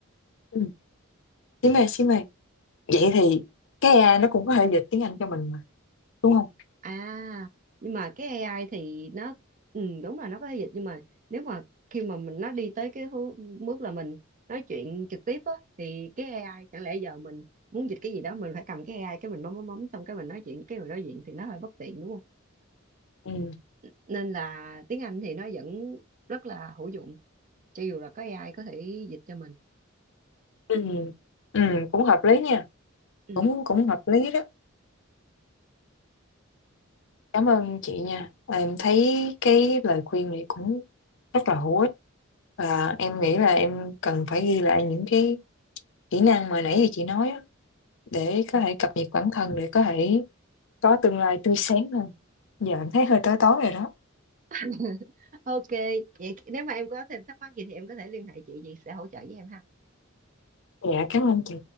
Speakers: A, on the left; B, on the right.
A: ừ. Xí mê xí mê vậy thì cái AI nó cũng có thể dịch tiếng Anh cho mình mà đúng không
B: À, nhưng mà cái AI thì nó ừ, đúng là nó có thể dịch nhưng mà nếu mà khi mà mình nó đi tới cái hư- bước là mình nói chuyện trực tiếp á thì cái AI chẳng lẽ giờ mình muốn dịch cái gì đó mình phải cầm cái AI cái mình bấm bấm bấm xong cái mình nói chuyện với cái người đối diện thì nó hơi bất tiện đúng không?
A: ừ
B: Nên là tiếng Anh thì nó vẫn rất là hữu dụng cho dù là có AI có thể dịch cho mình.
A: ừ ừ cũng hợp lý nha
B: Ừ.
A: cũng cũng hợp lý đó cảm ơn chị nha Và em thấy cái lời khuyên này cũng rất là hữu ích và em nghĩ là em cần phải ghi lại những cái kỹ năng mà nãy giờ chị nói á, để
B: ừ,
A: có thể cập nhật bản thân để có thể có tương lai tươi sáng hơn giờ
B: ừ.
A: em thấy hơi tối tối rồi đó
B: <laughs> Ok, vậy nếu mà em có thêm thắc mắc gì thì em có thể liên hệ chị, chị sẽ hỗ trợ với em ha.
A: dạ cảm ơn chị